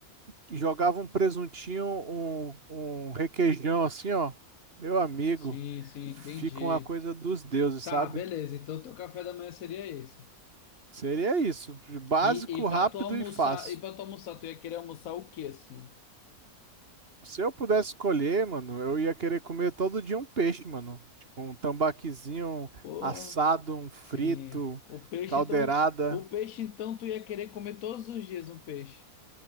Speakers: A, on the right (about 40°); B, on the left (about 70°).
A: e jogava um presuntinho, um, um requeijão, assim, ó. Meu amigo,
B: Sim, sim,
A: fica
B: entendi.
A: uma coisa dos deuses,
B: Tá,
A: sabe?
B: beleza. Então teu café da manhã seria esse.
A: Seria isso, básico,
B: E, e
A: rápido
B: pra tu almoçar,
A: e fácil.
B: e pra tu almoçar, tu ia querer almoçar o quê, assim?
A: Se eu pudesse escolher, mano, eu ia querer comer todo dia um peixe, mano. Tipo, um tambaquizinho
B: Pô,
A: assado, um frito,
B: sim. O peixe,
A: caldeirada.
B: então. O peixe, então, tu ia querer comer todos os dias um peixe.